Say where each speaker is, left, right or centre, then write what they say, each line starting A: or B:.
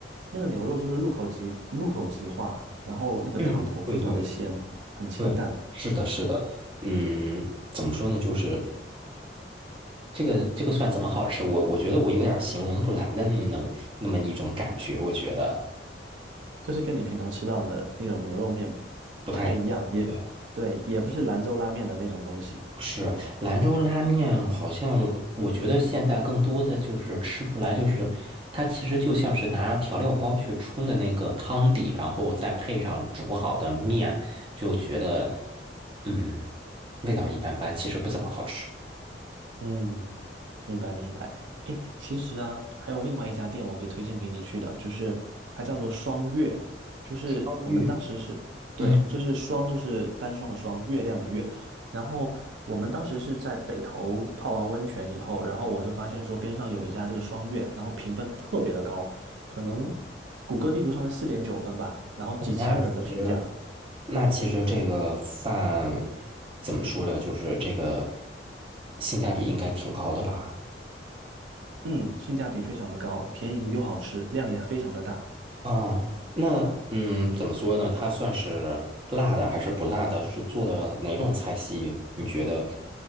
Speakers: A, on the right; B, on the right.
A: 那个牛肉就是入口即入口即化，然后那个汤头非常的鲜，
B: 嗯对对
A: 很清淡，
B: 对，是的，是的。嗯，怎么说呢？就是这个这个蒜怎么好吃？我我觉得我有点形容不来的那么那么那么一种感觉，我觉得
A: 就是跟你平常吃到的那种牛肉面
B: 不太一样。
A: 不太一样，也对，
B: 对。
A: 也不是兰州拉面的那种东西。
B: 是兰州拉面，好像我觉得现在更多的就是吃出来，就是它其实就像是拿调料包去冲的那个汤底，然后再配上煮好的面，就觉得嗯，味道一般般，其实不怎么好吃。
A: 嗯，明白明白。哎，其实啊，还有另外一家店我可以推荐给你去的，就是它叫做双月，就是我们当时是，
B: 汤浴，
A: 对，
B: 嗯，
A: 就是双就是单双的双，月亮的月。然后我们当时是在北头泡完温泉以后，然后我就发现说边上有一家这个双月，然后评分特别的高，可能谷歌地图上面四点九分吧，然后几千人的评价，
B: 那其实那其实这个饭怎么说呢？就是这个性价比应该挺高的吧？
A: 嗯，性价比非常的高，便宜又好吃，量也非常的大。
B: 啊，那嗯，怎么说呢？它算是辣的还是不辣的？是做的哪种菜系？你觉得？